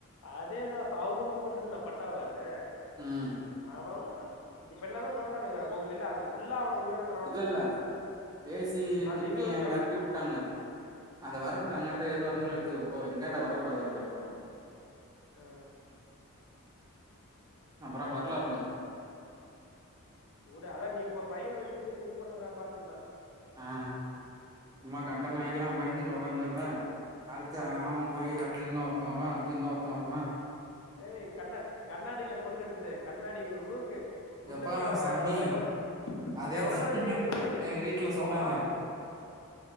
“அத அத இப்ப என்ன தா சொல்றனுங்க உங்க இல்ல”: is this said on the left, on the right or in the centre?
Left